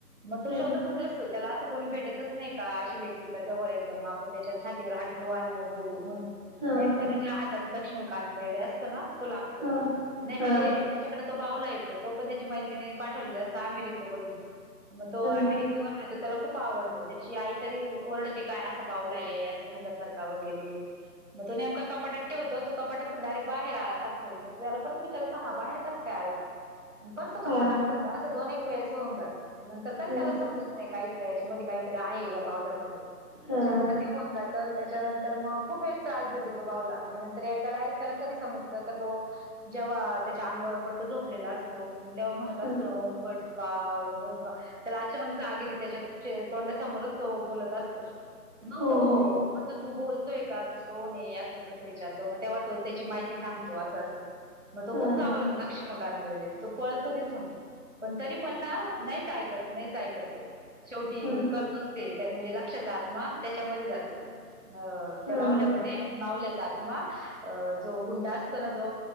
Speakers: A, on the right; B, on the left.
A: मग तो
B: हा
A: शोधत
B: हा
A: त्याला असं कोणी भेटतच नाही का अशी व्यक्ती का जवळ एकदम आपण त्याच्या छातीवर हात ठेवू आणि मग बोलू म्हणून,
B: हा
A: नेमकं
B: हा
A: त्याच्या हातात लक्ष्मीकांत बेर्डे असतो ना, तो लागतो.
B: हा
A: नाही
B: हा
A: म्हनजे
B: हा
A: त्याच्याकडे तो भावला येतो, तो पण त्याच्या मैत्रिणीनी पाठवलेला असतो अमेरिकेहून. मग तो अमेरिकेवरनं
B: हा
A: तर त्याला खूप आवडतं, त्याची आई तरी ओरडते, काय असं भावलाय असा भूतासारखा वगैरे मग तो नेमका कपाटात ठेवतो, तो कपाटातून डायरेक्ट बाहेर येतो, मग त्याला परत विचारतो हा बाहेर कस काय आला? परतो
B: हा
A: कपाटात
B: हा
A: ठेवून ज असं दोन एक वेळेस होऊन जातं, नंतर तरी
B: हो
A: त्याला समज नाही काहीच का याच्यामध्ये काहीतरी आहे या भावल्यामध्ये,
B: हा
A: त्याच्यानंतर
B: हा
A: देऊन जात तर त्याच्यानंतर मग खूप वेळेस त्रास देतो तो भावला, आणि नंतर एकदा डायरेक्ट त्याला कधी समजत का तो जेव्हा त्याच्या अंगावर पडतो झोपलेलं असत मग तेव्हा म्हणत असतो,
B: हा
A: ना ओम भट स्वाहा ओम भट स्वाहा, त्याला अचानक जाग येत त्याच्या तोंडा समोरच तो बोलत असतो, मग
B: हो
A: तो
B: हो
A: तर तू बोलतोय का, तू कोण आहे असं तसं विचारतो, मग तेव्हा तो त्याची माहिती सांगतो असं असं. मग तो
B: हा
A: खूप घाबरतो
B: हा
A: ना लक्ष्मीकांत बेर्डे तो पळतो तिथून पण तरी पण नाहीच ऐकत नाहीच ऐकत. तो शेवटी
B: हा हा
A: करतोच ते म्हणजे लक्ष्याचा आत्मा त्याच्यामध्ये जातो. अ
B: हा
A: त्या भावल्यामध्ये
B: हा
A: भावल्याचा आ- -त्मा जो गुंडा असतो ना जो